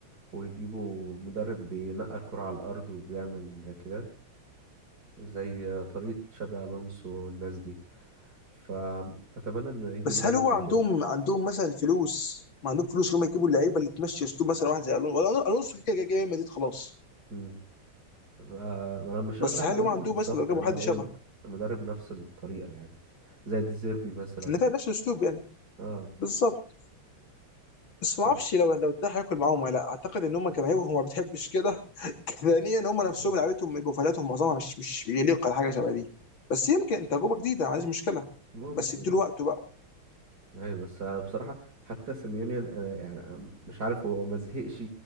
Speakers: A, on the right; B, on the left.
A: ويجيبوا مدرب بينقل الكرة على الأرض وبيعمل كده زي طريقة شابي ألونسو والناس دي فأتمنى إن يجي
B: بس
A: مدرب
B: هل هو عندهم
A: زي كده
B: عندهم مثلا الفلوس ما عندهم فلوس اللي هم يجيبوا اللعيبه اللي تمشي اسلوب مثلا واحد زي الونso ولا الونسو كده كده جاي ريال مدريد خلاص
A: مم. ف- أنا مش
B: بس
A: قصدي على
B: هل
A: ألونسو
B: هو عندهم
A: بالظبط
B: مثلا لو جابوا
A: يعني
B: حد
A: أنا أقول
B: شبهه
A: مدرب نفس الطريقة يعني زي ديزيربي مثلا
B: ان فعلا نفس الاسلوب يعني
A: اه
B: بالظبط بس
A: ف...
B: ما اعرفش لو لو ده هياكل معاهم ولا لا اعتقد ان هم جماهيرهم ما بتحبش كده <laughs> ثانيا هم نفسهم
A: آه.
B: لعيبتهم بروفايلاتهم معظمها مش مش يليق على حاجه شبه دي بس يمكن تجربه جديده ما عنديش مشكله
A: ممكن
B: بس ادوا له وقته بقى
A: ايوه بس بصراحة حتى سيميوني انا يعني أنا مش عارف هو ما زهقش